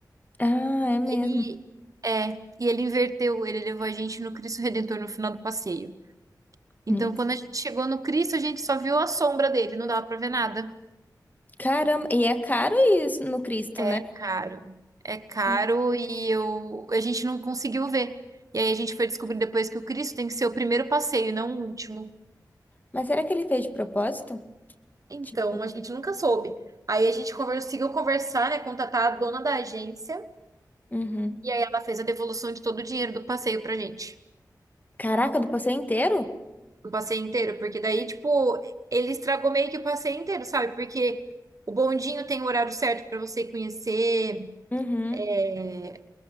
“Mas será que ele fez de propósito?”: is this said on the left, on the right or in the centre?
Left